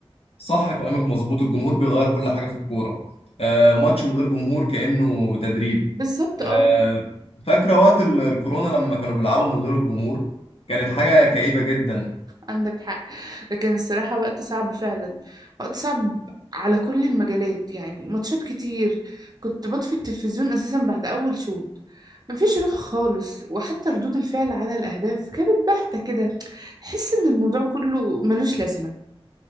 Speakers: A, on the left; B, on the right.
A: صح كلامك مظبوط الجمهور بيغير كل حاجة في الكورة آه، ماتش من غير جمهور كأنه تدريب
B: بالظبط
A: آه،
B: اه
A: فاكرة وقت ال- الكورونا لما كانوا بيلعبوا من غير الجمهور كانت حاجة كئيبة جدا
B: عندك حق لكن الصراحة وقت صعب فعلا وقت صعب على كل المجالات يعني ماتشات كتير كنت بطفي التلفزيون أساسا بعد أول شوط مفيش روح خالص وحتى ردود الفعل على الأهداف كانت باهتة كده تحس إن الموضوع كله ملوش لازمة